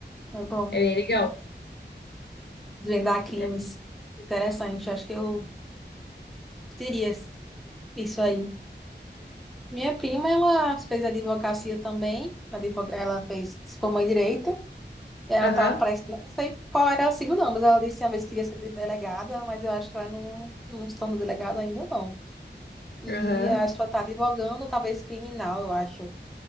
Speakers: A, in the centre; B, on the left.
A: É bom,
B: É bem legal.
A: desvendar crimes,
B: É.
A: interessante, acho que eu teria isso aí. Minha prima, ela fez advocacia também. advo- Ela fez, se formou em direito. Ela
B: Aham,
A: tá, parece que, não sei qual era o signo, não, mas ela disse uma vez que queria ser delegada, mas eu acho que ela não, não está no delegado ainda, não. E
B: aham.
A: acho que ela tá advogando, talvez criminal, eu acho.